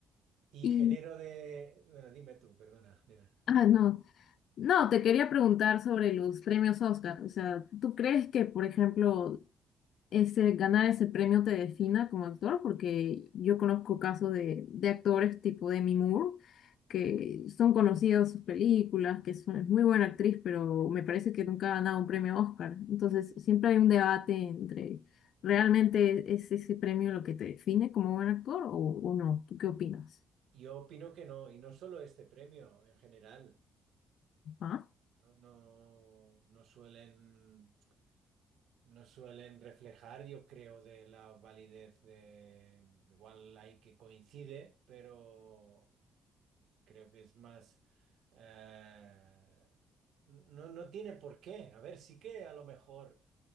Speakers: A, on the right (about 75°); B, on the left (about 70°).
A: Y
B: Y,
A: género de... Bueno, dime tú, perdona. dime.
B: ah, no. No, te quería preguntar sobre los premios Oscar. O sea, ¿tú crees que, por ejemplo, ese, ganar ese premio te defina como actor, porque yo conozco casos de, de actores tipo Demi Moore, que son conocidos sus películas, que son- es muy buena actriz, pero me parece que nunca ha ganado un premio Oscar. Entonces, siempre hay un debate entre, ¿realmente es ese premio lo que te define como buen actor o, o no? ¿Tú qué opinas?
A: Yo opino que no, y no solo este premio, en general.
B: ¿Ah?
A: No, no, no suelen, no suelen reflejar, yo creo, de la validez de... Igual hay que coincide, pero creo que es más... eh, No, no tiene por qué. A ver, sí que a lo mejor...